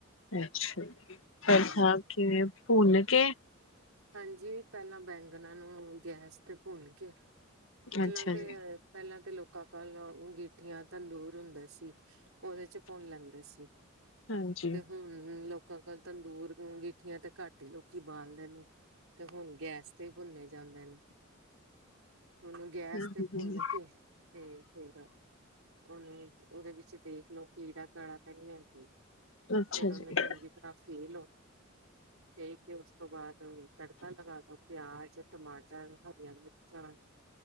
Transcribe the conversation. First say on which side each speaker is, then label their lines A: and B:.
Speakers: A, on the left; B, on the right.
A: ਅੱਛਾ ਜੀ ਹੋਰ
B: ਹਾਂਜੀ।
A: ਸੁਣਾਓ ਕਿਵੇ ੳ ਭੂਨ ਕੇ
B: ਹਾਂਜੀ ਪਹਿਲਾਂ ਬੈਂਗਨਾਂ ਨੂੰ ਗੈਸ ਤੇ ਭੁੰਨ ਕੇ, ਪਹਿਲਾਂ
A: ਅੱਛਾ
B: ਤੇ
A: ਜੀ
B: ਪਹਿਲ਼ਾਂ, ਲੋਕਾਂ ਕਲ ਅੰਗੀਠੀਆਂ ਤੰਦੂਰ ਹੁੰਦਾ ਸੀ। ਉਹਦੇ ਚ ਭੁੰਨ ਲੈਂਦੇ ਸੀ,
A: ਹਾਂਜੀ
B: ਤੇ ਹੁਣ ਲੋਕ- ਕੱਲ ਤੰਦੂਰ ਅੰਗਿਠੀਆਂ ਤੇ ਘੱਟ ਹੀ ਲੋਕੀ ਬਾਲਦੇ ਨੇ, ਤੇ, ਹੁਣ ਗੈਸ ਤੇ ਭੁੰਨੇ ਜਾਂਦੇ ਨੇ, ਇਸ ਨੂੰ ਗੈਸ
A: ਅੱਛਾ
B: ਤੇ ਭੁੰਨ
A: ਜੀ
B: ਕੇ ਤੇ ਫ਼ੇਰ, ਉਹਨੂੰ ਉਹਦੇ ਵਿੱਚ ਦੇਖਲਓ ਕੀੜਾ ਕਾੜਾ ਤਾਂ ਨਹੀਂ ਹੈ ਕੋਈ, ਫਿਰ
A: ਅੱਛਾ ਜੀ
B: ਉਹਨੂੰ ਚੰਗੀ ਤਰ੍ਹਾਂ ਫੀਲ ਲੋ, ਤੇ ਫਿਰ ਉਸ ਤੋਂ ਬਾਅਦ, ਤੜਕਾ ਲਗਾ ਦੋ ਪਿਆਜ ਟਮਾਟਰ ਹਰੀਆਂ ਮਿਰਚਾਂ